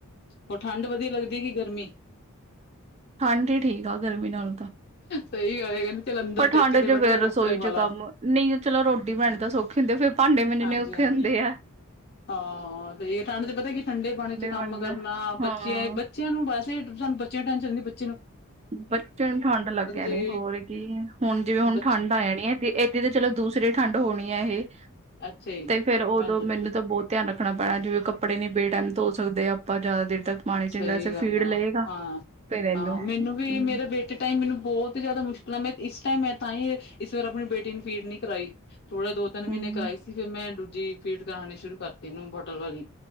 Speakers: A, on the left; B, on the right.
A: ਹੋਰ ਠੰਡ ਵਧੀਆ ਲੱਗਦੀ ਕਿ ਗਰਮੀ?
B: ਠੰਢ ਹੀ ਠੀਕ ਆ ਗਰਮੀ ਨਾਲੋ।
A: ਸਹੀ ਗੱਲ ਹੈ ਕਹਿੰਦੇ ਚੱਲ ਅੰਦਰ
B: ਪਰ ਠੰਡ
A: ਟੇਕੇ ਤੇ ਬੈਠੇ
B: ਫੇਰ
A: ਕੱਪੜੇ
B: ਰਸੋਈ
A: ਵਾਲਾ
B: ਚ ਕੰਮ ਨੀ ਚਲੋ ਰੋਟੀ ਪਾਣੀ ਤਾਂ ਸੌਖੀ ਹੁੰਦੇ ਫੇਰ ਭਾਂਡੇ ਮਜਣੇ
A: ਹਾਂਜੀ
B: ਔਖੇ
A: ਹਾਂਜੀ।
B: ਹੁੰਦੇ ਆ।
A: ਹਾਂ, ਸਹੀ ਗੱਲ ਤੇ ਠੰਡ ਚ ਪਤਾ ਕੀ ਠੰਡੇ ਪਾਣੀ ਚ ਕੰਮ
B: ਬਣਨਾ
A: ਕਰਨਾ
B: ਹਾਂ
A: ਬੱਚਿਆਂ ਬੱਚਿਆਂ ਨੂੰ ਵੈਸੇ ਸਾਨੂੰ ਬੱਚਿਆਂ ਦੀ ਟੈਂਸ਼ਨ ਹੁੰਦੀ ਬਚ
B: ਬੱਚਿਆਂ ਨੂੰ ਠੰਢ ਲੱਗ ਜਾਣੀ
A: ਜੇ
B: ਹੋਰ ਕੀ ਹੁਣ ਜਿਵੇਂ ਹੁਣ
A: ਬੱਚੇ
B: ਠੰਢ ਆ ਜਾਣੀ ਏ। ਏਦੀ ਤਾਂ ਚਲੋ ਦੂਸਰੀ ਠੰਡ ਹੋਣੀ ਏ ਇਹ
A: ਅੱਛਾ ਜੀ
B: ਤੇ ਫੇਰ ਉਦੋਂ
A: ਹਾਂਜੀ।
B: ਮੈਨੂੰ ਤਾਂ ਬਹੁਤ ਧਿਆਨ ਰੱਖਣਾ ਪੈਣਾ, ਜਿਵੇਂ ਕੱਪੜੇ ਨੀ ਬੇਟਾਈਮ ਧੋ ਸਕਦੇ ਆਪਾਂ ਜ਼ਿਆਦਾ ਦੇਰ ਤੱਕ, ਪਾਣੀ
A: ਸਹੀ
B: ਚ ਵੈਸੇ
A: ਗੱਲ
B: ਫੀਡ
A: ਆ,
B: ਲਏਗਾ
A: ਹਾਂ-ਹਾਂ
B: ਫੇਰ ਇਹਨੂੰ
A: ਮੈਨੂੰ
B: ਹਮ
A: ਵੀ ਮੇਰੇ ਬੇਟੇ ਟਾਈਮ ਮੈਨੂੰ ਬਹੁਤ ਜ਼ਿਆਦਾ ਮੁਸ਼ਕਿਲ ਆ ਮੈਂ ਇਸ ਟਾਈਮ ਮੈਂ ਤਾਂ ਹੀ ਇਸ ਵਾਰ ਆਪਣੀ ਬੇਟੀ ਨੂੰ ਫੀਡ ਨੀ ਕਰਵਾਾਈ। ਥੋੜੇ ਦੋ-ਤਿੰਨ ਮਹੀਨੇ
B: ਹਮ,
A: ਕਰਵਾਈ ਸੀ, ਫਿਰ ਮੈਂ ਦੂਜੀ ਫੀਡ ਕਰਾਉਣੀ ਸ਼ੁਰੂ ਕਰਤੀ ਇਨੂੰ ਬੋਟਲ ਵਾਲੀ।